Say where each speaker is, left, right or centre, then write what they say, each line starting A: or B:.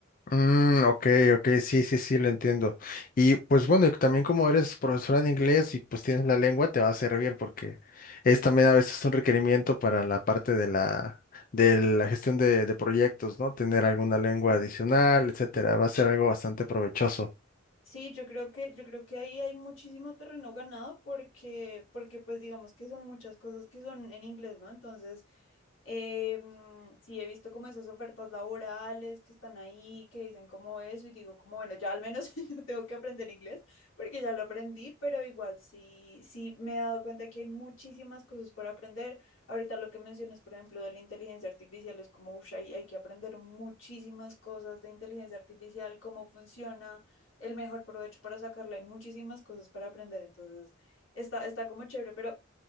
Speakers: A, on the left; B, on the left.
A: Mm, ok, ok, sí, sí, sí, lo entiendo. Y pues bueno, y también como eres profesora de inglés y pues tienes la lengua, te va a servir porque es también a veces un requerimiento para la parte de la, de la gestión de, de proyectos, ¿no? Tener alguna lengua adicional, etcétera, va a ser algo bastante
B: Sí.
A: provechoso.
B: Sí, yo creo que, yo creo que ahí hay muchísimo terreno ganado porque, porque pues digamos que son muchas cosas que son en inglés, ¿no? Entonces, eh, mm, sí he visto como esas ofertas laborales que están ahí, que dicen como eso, y digo como, bueno, ya al menos <laughs> no tengo que aprender inglés porque ya lo aprendí, pero igual sí, sí me he dado cuenta que hay muchísimas cosas por aprender. Ahorita lo que mencionas, por ejemplo, de la inteligencia artificial es como, uff, hay, hay que aprender muchísimas cosas de inteligencia artificial, cómo funciona el mejor provecho para sacarla. Hay muchísimas cosas para aprender, entonces está, está como chévere, pero